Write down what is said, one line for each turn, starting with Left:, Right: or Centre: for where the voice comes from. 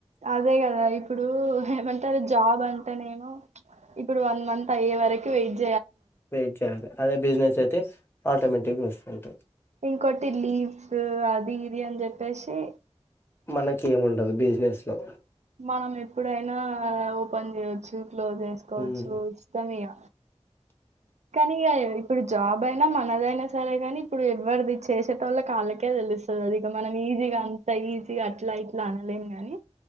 Right: అదే గదా ఇప్పుడు ఏమం ది జాబ్ అంటేనేమో ఇప్పుడు వన్ మంత్ అయ్యే వరకి వేట్
Left: వేట్ జెయాలే అదె బిజినెస్ ఐతే ఆటోమేటిక్గ ఒస్తుంట
Right: ఇంకొటి లీవ్స్ అది ఇది అని జెప్పేశి
Left: మనకి ఏముండవు బిజినెస్ లో
Right: మనం ఎప్పుడైనా ఓపెన్ చేయోచ్చు క్లోజ్ చేస్కోవచ్చు
Left: ఉమ్
Right: ఇష్టం ఇగ కనిగా ఇప్పుడు జాబ్ ఐనా మనదైనా సరే గనీప్పుడు ఎవ్వరిది చేశే ల్లకు ఆళ్లకే తెలుస్తది ఇ మనం ఈజీగా అంత ఈజీగా అట్ల ఇట్ల అన్లెం గాని